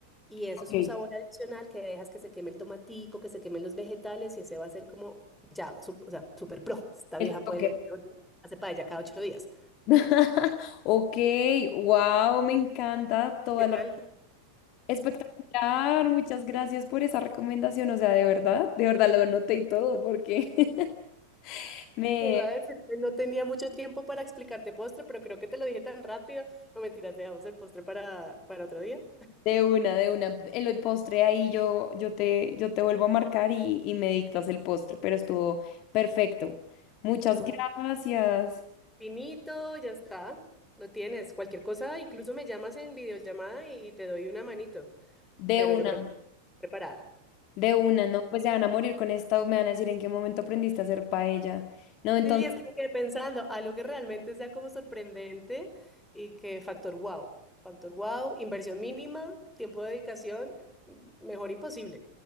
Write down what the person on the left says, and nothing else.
Ok,
el
toque
<laughs> Ok, wow, me encanta toda
la...
rec- Espectacular, muchas gracias por esa recomendación, o sea, de verdad, de verdad lo anoté y todo, porque <laughs> me...
De una, de una. El postre ahí yo, yo te, yo te vuelvo a marcar y, y me dictas el postre, pero estuvo perfecto. Muchas
gracias.
De
una,
de una, no, pues se van a morir con esta, me van a decir en qué momento aprendiste a hacer paella. No, entonces...